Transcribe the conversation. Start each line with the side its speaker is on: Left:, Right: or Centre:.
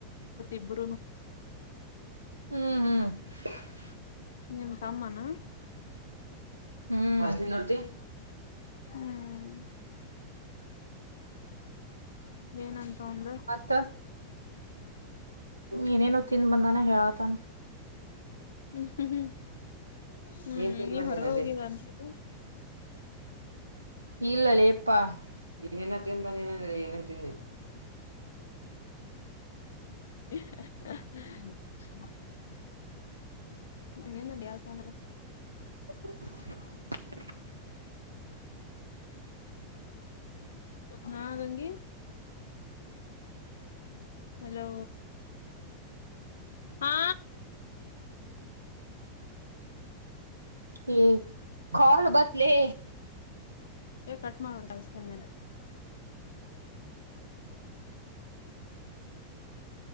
Left: ಇಬ್ರುನು
Right: ಹ್ಮ್ ಹ
Left: ನಿಮ್ ಸಮ್ಮಾನ
Right: ಹ್ಮಲಿ ನೋಡ್ತಿ
Left: ಹ್ಮ್ ಏನಂತ ಅವಂದು
Right: ಮತ್ತ ಏನೇನು ತಿನ್ ಬಂದಾನ ಹೇಳತಾನ
Left: ಹ್ಮ್ ಹ್ಮ್ ಹ್ಮ್ ಹ್ಮ್
Right: ಏನ್ ತಿನ್
Left: ನೀ
Right: ಬಂದೇನರಿ
Left: ಹೊರಗ ಹೋಗಿದಾನಗ
Right: ಇಲ್ಲಲ್ಲಿಪ್ಪಾ ಇನೇನ ತಿನ್ ಬಂದ ಏನೇ ತಿನ್ನಿ
Left: <inaudible> ನನನುಡ ಆಾಸಲ್ಲ
Right: <inaudible>
Left: ಹಾ ರಂಗೀ ಹಲೋ ಹಾ
Right: ಹ್ಮ ಕಲ್ ಬದಲೆ
Left: ಏ ಕಟ್ ಮಾಡ್ತನ್ನ